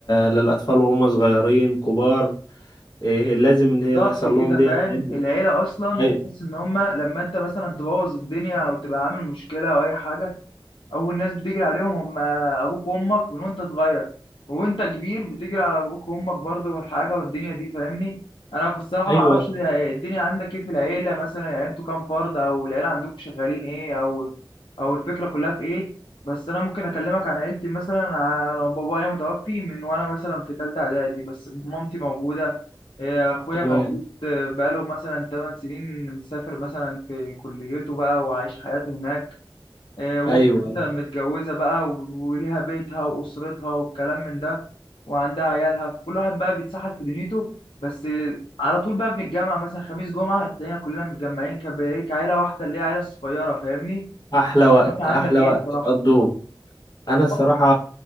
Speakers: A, on the left; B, on the left.
A: للأطفال وهم صغيرين كبار إيه لازم ان هي
B: بالظبط
A: تحصل
B: كده
A: لهم ديت
B: فاهم
A: لأن-
B: العيلة أصلا
A: أي-
B: تحس إن هما لما أنت مثلا تبوظ الدنيا أو تبقى عامل مشكلة أو أي حاجة اول ناس بتجري عليهم هم ابوك وامك من وانت صغير وانت كبير بتجري على ابوك وامك برضه حاجه والدنيا دي فاهمني انا بصراحه
A: ايوه
B: ما اعرفش الدنيا عندك ايه في العيله مثلا يعني انتوا كام فرد او العيله عندكم شغالين ايه او او الفكره كلها في ايه بس انا ممكن اكلمك عن عيلتي مثلا انا بابايا متوفي من وانا مثلا في ثالثه اعدادي بس مامتي موجوده إيه، اخويا
A: تمام
B: موجود آه، بقاله مثلا 8 سنين مسافر مثلا في كليته بقى وعايش حياته هناك آه، واخته
A: ايوه
B: مثلا متجوزة بقى و- وليها بيتها وأسرتها والكلام من ده وعندها عيالها فكل واحد بقى بيتسحل في دنيته بس آه، على طول بقى بنتجمع مثلا خميس جمعة تلاقينا كلنا متجمعين كب- إيه، كعيلة واحدة اللي هي عيلة صغيرة فاهمني؟
A: احلى وقت
B: معرفش عندك
A: احلى
B: إيه
A: وقت
B: بصراحة
A: تقضوه انا الصراحه
B: طبعا